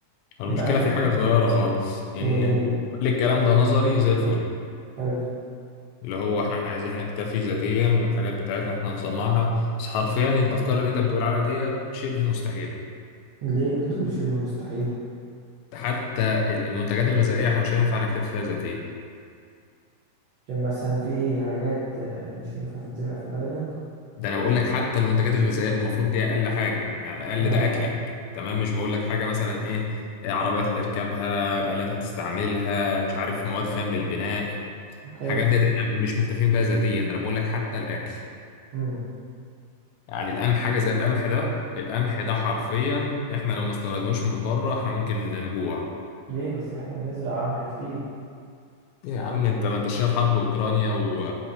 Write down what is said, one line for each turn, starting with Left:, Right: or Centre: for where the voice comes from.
Left: المشكلة
Right: بقى في
Left: في حاجة صغيرة خالص إن
Right: ايه هي
Left: كل الكلام ده نظري زي الفل
Right: حلو
Left: اللي هو إحنا عايزين نكتفي ذاتيا والحاجات بتاعتنا إحنا نصنعها بس حرفيا الأفكار اللي أنت بتقول عليها ديت شبه مستحيلة
Right: ليه بتقول شبه مستحيل
Left: حتى ال- المنتجات الغذائية إحنا مش هينفع نكتفي فيها ذاتيا
Right: عشان مثلا في حاجات آه، مش ينفع تتزرع في بلدك
Left: ده أنا بقول لك حتى المنتجات الغذائية اللي المفروض دي أقل حاجة يعني على الأقل
Right: اه
Left: ده أكلك تمام مش بقول لك حاجة مثلا إيه إيه عربيات هتركبها آلات هتستعملها مش عارف مواد خام للبناء
Right: حلو
Left: الحاجات ديت إحنا مش مكتفين بيها ذاتيا أنا بقول لك حتى الأكل
Right: امم
Left: يعني القمح حاجة زي القمح ده القمح ده حرفيا احنا لو ما استوردناش من بره احنا ممكن نجوع
Right: ليه بس احنا بنزرع قمح كتير
Left: يا عم انت ما انت شايف حرب اوكرانيا و...